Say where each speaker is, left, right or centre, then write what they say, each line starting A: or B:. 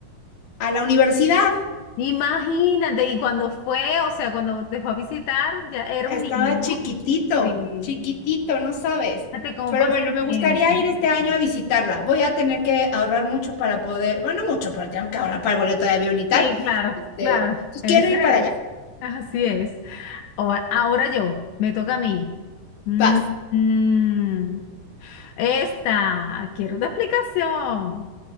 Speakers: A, on the left (about 55°); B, on the left (about 80°).
A: a la universidad.
B: Imagínate, y cuando fue, o sea, cuando te fue a visitar, ya era
A: Estaba
B: un niño, ¿no?
A: chiquitito,
B: Sí.
A: chiquitito, no sabes.
B: Fíjate cómo
A: Pero
B: pasa
A: bueno,
B: el
A: me
B: tiempo.
A: gustaría ir este año a visitarla. Voy a tener que ahorrar mucho para poder, bueno, no mucho, pero tengo que ahorrar para el boleto de avión y tal.
B: Sí, claro,
A: Este,
B: claro.
A: pues
B: Eso
A: quiero ir
B: es.
A: para allá.
B: Así es. Ahora, ahora yo, me toca a mí. Mm,
A: Paz.
B: mm. Esta, quiero una explicación.